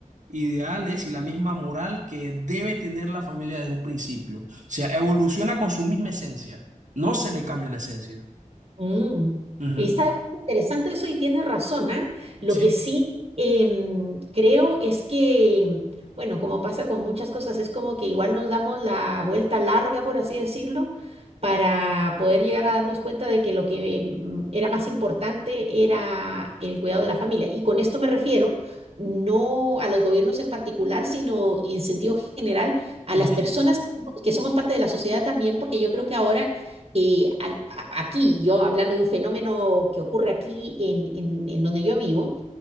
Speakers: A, on the right (about 65°); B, on the right (about 45°).
A: ideales y la misma moral que debe tener la familia desde un principio. O sea, evoluciona con su misma esencia, no se le cambia la esencia.
B: Mm,
A: Ujú.
B: Está interesante eso y tienes razón, ¿ah? Lo
A: Sí,
B: que sí em, creo es que, bueno, como pasa con muchas cosas, es como que igual nos damos la vuelta larga, por así decirlo, para poder llegar a darnos cuenta de que lo que mm, era más importante era el cuidado de la familia. Y con esto me refiero no a los gobiernos en particular, sino en sentido general a
A: ujú,
B: las personas que que somos parte de la sociedad también, porque yo creo que ahora eh, al- a- aquí, yo hablando de un fenómeno que ocurre aquí en, en- en donde yo vivo,